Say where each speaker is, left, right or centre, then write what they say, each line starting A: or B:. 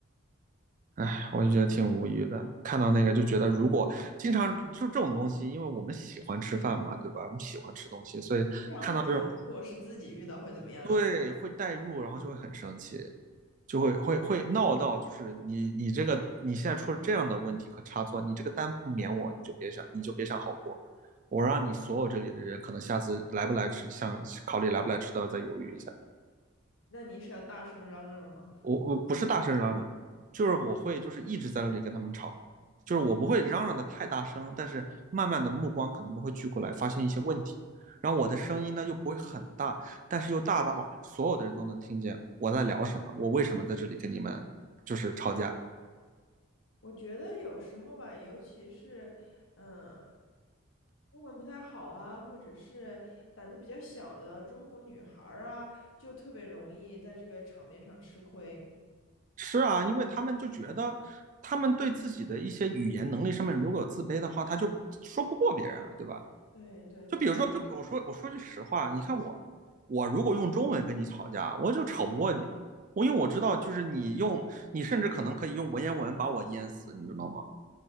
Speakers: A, on the right; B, on the left.
A: 哎，我就觉得挺无语的。看到那个就觉得，如果经常就这种东西，因为我们喜欢吃饭嘛，对吧？我们喜欢吃东西，所以看到这种，
B: 经常会想，如果是自己遇到会怎么样，
A: 对，
B: 是吧
A: 会代入，然后就会很生气，就会会会闹到，就是你你这个你现在出了这样的问题和差错，你这个单不免我，你就别想你就别想好过。我让你所有这里的人，可能下次来不来吃，想考虑来不来吃都要再犹豫一下。
B: 那你是要大声嚷嚷吗？
A: 我我不是大声嚷嚷，就是我会就是一直在那里跟他们吵，就是我不会嚷嚷的太大声，但是慢慢的目光可能都会聚过来，发现一些问题，然后我的声音呢又不会很大，但是又大到所有的人都能听见我在聊什么，我为什么在这里跟你们就是吵架。
B: 我觉得有时候吧，尤其是，嗯，英文不太好啊，或者是胆子比较小的中国女孩儿啊，就特别容易在这个场面上吃亏。
A: 是啊，因为他们就觉得他们对自己的一些语言能力上面如果有自卑的话，他就说不过别人啊，对吧？
B: 对对对，
A: 就比如说，就我说我说句实话，你看我，我如果用中文跟你吵架，我就吵不过你啊。我因为我知道，就是你用，你甚至可能可以用文言文把我淹死，你知道吗？